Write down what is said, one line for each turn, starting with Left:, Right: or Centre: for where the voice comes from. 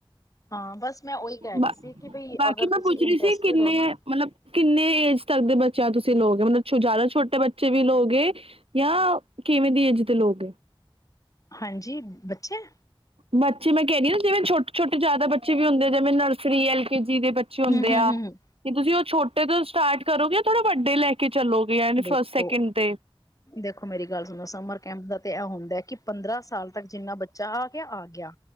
Left: ਹਾਂ ਬਸ ਮੈਂ ਉਹੀ ਕਹਿ ਰਹੀ
Right: ਬਾ
Left: ਸੀ ਕਿ ਬਈ
Right: ਬਾਕੀ
Left: ਅਗਰ ਤੁਸੀਂ
Right: ਮੈਂ ਪੁੱਛ
Left: ਇੰਟਰਸਟਿਡ
Right: ਰਹੀ ਸੀ ਕਿੰਨੇ
Left: ਹੋ ਨਾ
Right: ਮਤਲਬ ਕਿੰਨੇ ਏਜ ਤੱਕ ਦੇ ਬ ਯਾ ਤੁਸੀਂ ਲੋਗੇ ਮਤਲਬ ਜ਼ਿਆਦਾ ਛੋਟੇ ਬੱਚੇ ਵੀ ਲੋਗੇ ਯਾ ਕਿਵੇਂ ਦੀ ਏਜ ਦੇ ਲੋਗੇ
Left: ਹਾਂਜੀ ਬੱਚੇ
Right: ਬੱਚੇ ਮੈਂ ਕਹਿਨੀ ਹ ਜਿਵੇਂ ਛੋਟੇ ਛੋਟੇ ਜ਼ਿਆਦਾ ਬੱਚੇ ਵੀ ਹੁੰਦੇ ਨੇ ਜਿਵੇਂ ਨਰਸਰੀ ਐਲ ਕੇ ਜੀ ਜੀ ਦੇ ਬੱਚੇ ਹੁੰਦੇ
Left: ਹੂੰ ਹੂੰ
Right: ਆ
Left: ਹੂੰ
Right: ਕਿ ਤੁਸੀਂ ਉਹ ਛੋਟੇ ਤੋਂ ਸਟਾਰਟ ਕਰੋਗੇ ਯਾ ਥੋੜੇ ਵੱਡੇ ਲੈ ਕੇ ਚੱਲੋਗੇ ਯਾਨੀ
Left: ਦੇਖੋ
Right: ਫਸਟ ਸੈਕਿੰਡ ਤੇ
Left: ਦੇਖੋ ਮੇਰੀ ਗੱਲ ਸੁਣੋ ਸਮਰ ਕੈਂਪ ਦਾ ਤੇ ਇਹ ਹੁੰਦਾ ਕੀ ਪੰਦਰਾਂ ਸਾਲ ਤੱਕ ਜਿੰਨਾ ਬੱਚਾ ਆ ਗਿਆ ਆ ਗਿਆ